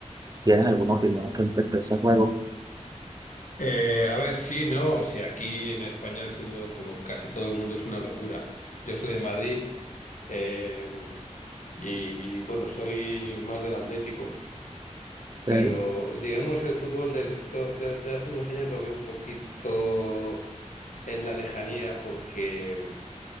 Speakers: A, on the right (about 30°); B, on the left (about 85°).
A: tienes alguna opinión respecto a ese juego.
B: Eh, a ver, sí, no, si aquí en España el fútbol, como casi todo el mundo, es una locura. Yo soy de Madrid eh, y bueno, soy más del Atlético, pero
A: Ok.
B: digamos el fútbol desde esto, desde hace unos años lo veo un poquito en la lejanía porque